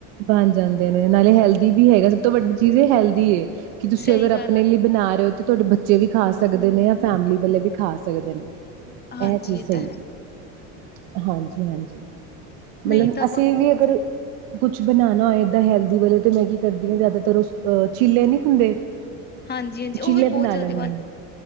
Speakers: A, on the right; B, on the left.
A: ਬਣ ਜਾਂਦੇ ਨੇ ਨਾਲੇ ਹੈਲਦੀ ਵੀ ਹੈਗਾ, ਸਭ ਤੋਂ ਵੱਡੀ ਚੀਜ਼ ਹੈਲਦੀ ਏ ਕਿ ਤੁਸੀਂ
B: ਸਹੀ
A: ਅਗਰ ਆਪਣੇ
B: ਗੱਲ ਆ
A: ਲਈ ਬਣਾ ਰਹੇ ਔ। ਕਿ ਤੁਹਾਡੇ ਬੱਚੇ ਵੀ ਖਾ ਸਕਦੇ ਨੇ ਜਾਂ ਫੈਮਿਲੀ ਵੇ ਵੀ ਖਾ ਸਕਦੇ ਨੇ।
B: ਹਾਂਜੀ
A: ਇਹ ਚੀਜ਼ ਸਹੀ
B: ਤਾਂ ਹੈ
A: ਹੈ ਹਾਂਜੀ- ਹਾਂਜੀ ਮਤਲਬ
B: ਨਹੀਂ ਤਾਂ
A: ਏ ਵੀ ਅਗਰ ਕੁਛ ਬਣਾਇਆ ਇਏਦਾਂ ਹੈਲਦੀ ਵਾਲੇ ਤੇ ਮੈਂ ਕੀ ਕਰਦੀ ਹਾਂ ਜ਼ਿਆਦਾਤਰ ਉਸਹ ਚੀਲੇ ਨਹੀ ਹੁੰਦੇ।
B: ਹਾਂਜੀ- ਹਾਂਜੀ ਉਹ
A: ਚੀਲੇ
B: ਵੀ ਬਹੁਤ
A: ਬਣਾ
B: ਜਲਦੀ
A: ਲੈਂਦੀ
B: ਬਣ
A: ਹਾਂ